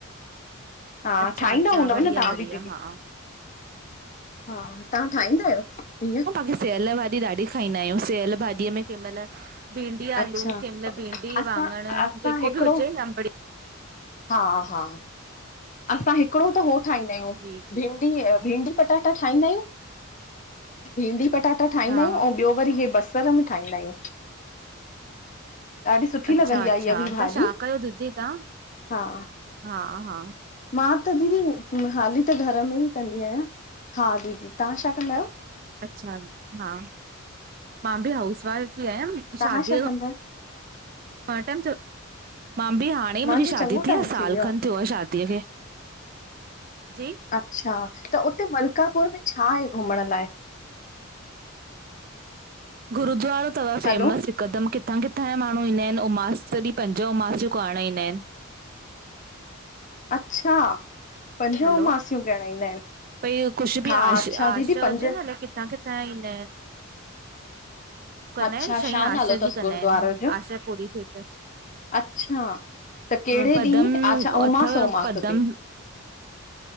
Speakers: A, on the left; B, on the right.
A: हा
B: अच्छा
A: ठाहींदा
B: अच्छा
A: हूंदव
B: बढ़िया
A: न, तव्हां
B: बढ़िया
A: बि दीदी।
B: हा
A: हा तव्हां ठाहींदा आहियो, हीअं।
B: सियल भाॼी ॾाढी खाईंदा आहियूं, सियल भाॼीअ में कंहिं मइल भिडी आलू,
A: अच्छा
B: कंहिं मइल भींंडी
A: असां
B: वाङणु,
A: असां
B: जेको
A: हिकिड़ो
B: बि हुजें अंबड़ी
A: हा, हा असां हिकिड़ो त, हू ठाहींदा आहियूं,
B: जी जी
A: भींडी ऐं भींडी पटा त ठाहींदा आहियूं, भींडी पटाटा ठाहींदा
B: हा
A: आहियूं ऐं ॿियो पर हे बसर में ठाहींदा आहियूं। ॾाढी सुठी
B: अच्छा
A: लॻंदी
B: अच्छा
A: आहे इय बि
B: तव्हां
A: भाॼी,
B: छा कयो दीदी तव्हां
A: हा
B: हा, हा।
A: मां त दीदी हाली त घर में ई कंदी आहियां, हा दीदी, तव्हां छा कंदा आहियो?
B: अच्छा हा, मां बि हाउस वाइफ ई आयां म
A: तव्हां
B: शादीअ
A: छा कंदा आहियो?
B: मां टम चो, मां बि हाणे ई
A: मांजो
B: मुंहिंजी शादी
A: चङो
B: थी
A: टाइम
B: आहे साल
A: वियो
B: खनि
A: आ।
B: थियो आहे शादीअ खे। जी?
A: अच्छा, त उते मलकापुर में छा आहे, घुमण लाइ?
B: गुरुद्वारो थव, फ़ेमस।
A: हलो
B: कदम्, किथां- किथां जा माण्हू ईंदा आहिनि। ऐं उमास ॾींहुं पंज उमास जूं करण ईंदा आहिनि।
A: अच्छा। पंज
B: हलो
A: उमासियूं ॻणाईंदा आहिनि
B: भई कुझु बि
A: हा
B: आश
A: अच्छा
B: आशा
A: दीदी पंज
B: हुजे न अलाए किथां -किथां ता ईंदा आहिन। कंदा
A: अच्छा
B: आहिन शहं
A: छा
B: आशा
A: नालो अथसि
B: जी कंदा
A: गुरुद्वारे
B: आहिन
A: जो?
B: आशा पूरी थिए त।
A: अच्छा त कहिड़े
B: अ पदम
A: ॾींहुं अच्छा उमास
B: अथव
A: उमास
B: पदम।
A: ते